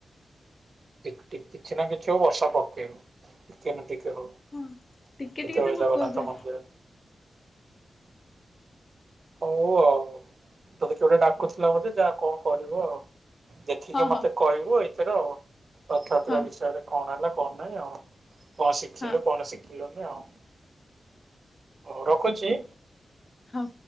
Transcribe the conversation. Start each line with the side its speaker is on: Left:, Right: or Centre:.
Right: ଟି ଟି କିଛି ନା କିଛି ହଉ ବର୍ଷା ପକେଇବ ଟିକେ ନା ଟିକେ ହଉ ଯେତେବେଳେ
Left: ହଁ ଟିକେ ଟିକେ ତ ପକଉଥା
Right: ଜଗନ୍ନାଥ ମନ୍ଦିର ହଉ ଆଉ ତୋତେ କିଏ ଗୋଟେ ଡାକୁଥିଲା ବୋଧେ ଯା କଣ କରିବ ଆଉ। ଦେଖିକି
Left: ହଁ ହଉ
Right: ମତେ କହିବୁ ଏଇ <unintelligible> ରଥଯାତ୍ରା
Left: ହଉ
Right: ବିଷୟରେ କଣ ହେଲା କଣ ନାହିଁ ଆଉ। କଣ ଶିଖିଲୁ
Left: ହଁ
Right: କଣ ଶିଖି ଲୁନି ଆଉ ହଉ ରଖୁଛି।
Left: ହଁ।